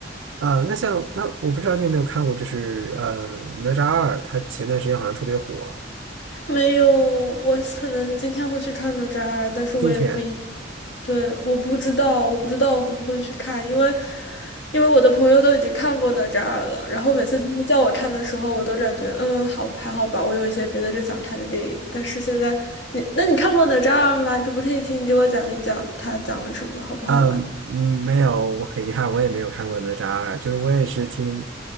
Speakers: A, on the right; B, on the left.
A: 啊，那像那我不知道你有没有看过，就是呃哪吒二，它前段时间好像特别火，
B: 没有，我可能今天会去看哪吒二，但是我也不一，
A: 今天。
B: 对，我不知道，我不知道我会不会去看，因为因为我的朋友都已经看过哪吒二了，然后每次他们叫我看的时候，我都感觉嗯，好，还好吧，我有一些别的更想看的电影，但是现在你，那你看过哪吒二吗？可不可以请你给我讲一讲它讲了什么，好不好玩？
A: 嗯，嗯没有，我很遗憾，我也没有看过哪吒二，就是我也是听，